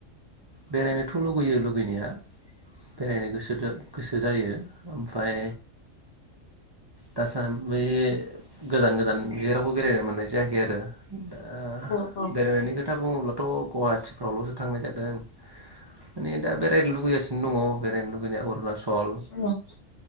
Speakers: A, on the right; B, on the left.
A: बेरायनोथ' लुगैयो लुगैनाया बेरायनो गोसोदो गोसो जायो ओमफाय दासान बे गोजान गोजान जेरावबो। बे मोननाय जायाखै आरो। दा
B: औ - औ।
A: बेरायनायनि खोथा बुङोब्लाथ' गुवाहाटिफ्रावल'सो थांनाय जादों माने दा बेरायनो लुगैगासिनो दङ। बेरायनो लुैगैनाया अरुणाच' हल
B: औ